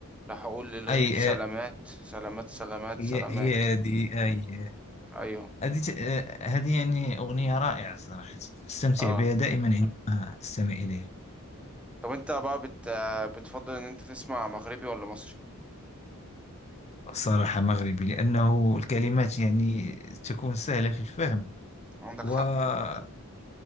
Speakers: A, in the centre; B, on the left.
A: راح اقول للغيب
B: أي
A: سلامات
B: آه،
A: سلامات سلامات
B: هي
A: سلامات
B: هي هذه أي
A: ايوه
B: هذه ت- آه، هذه يعني أغنية رائعة صراحة أستمتع
A: اه
B: بها دائما عندما أستمع إليها
A: طب انت بقى بت... آه، بتفضل ان انت تسمع مغربي ولا مصري
B: صراحة مغربي لأنه الكلمات يعني تكون سهلة في الفهم
A: عندك
B: وهو
A: حق